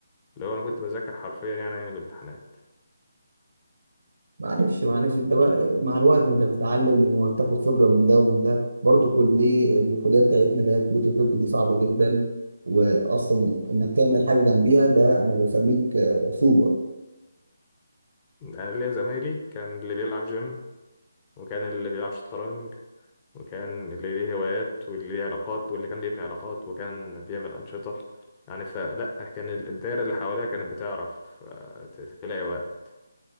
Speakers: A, on the left; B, on the right.
A: اللي هو انا كنت بذاكر حرفيا يعني ايام الامتحانات
B: معلش معلش انت بقى مع الوقت انت بتتعلم وبتاخد خبره من ده ومن ده برضه كليه الكليه بتاعتنا اللي هي كليه الطب دي صعبه جدا واصلا انك تعمل حاجه جنبيها ده انا بسميك آه، سوبر
A: انا ليا زمايلي كان اللي بيلعب جيم وكان اللي بيلعب شطرنج وكان اللي ليه هوايات واللي ليه علاقات واللي كان بيبني علاقات وكان بيعمل أنشطة يعني فلا كان ال- الدايرة اللي حواليها كانت بتعرف آه، ت- تلاقي وقت